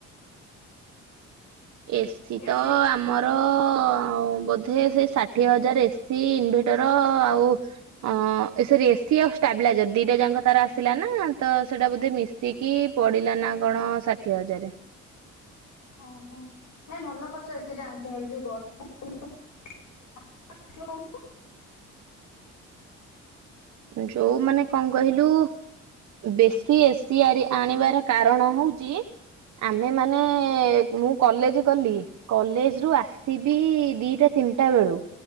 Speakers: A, on the right; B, on the left.
A: ଏସିି
B: ଏସି
A: ତ ଆମର ଆଉ ବୋଧେ ସେଇ ଷାଠିଏ ହଜାର ଏସି ଇନଭେଟର ଆଉ ଅ ଏ ସରି ଏ ଏସି ଆଉ ଷ୍ଟାବିଲାଇଜର ଦିଟା ଯାକ ତାର ଆସିଲା ନା ତ ସେଇଟା ବୋଧେ ମିଶିକି ପଡ଼ିଲାନ ନା କଣ ଷାଠିଏ ହଜାରେ।
B: ଓହୋ ନାଇଁ ଭଲ କରିଚ ଏସି ଟା ଆଣିଚ ହରି ଯୋଉ ଗରମ <unintelligible> <unintelligible>
A: ଯୋଉ ମାନେ କଣ କହିଲୁ। ବେଶି ଏସିଆରି ଆଣିବାର କାରଣ ହଉଚି ଆମେ ମାନେ ମୁଁ କଲେଜ ଗଲି କଲେଜ ରୁ ଆସିବି ଦିଟା ତିନିଟା ବେଳୁ,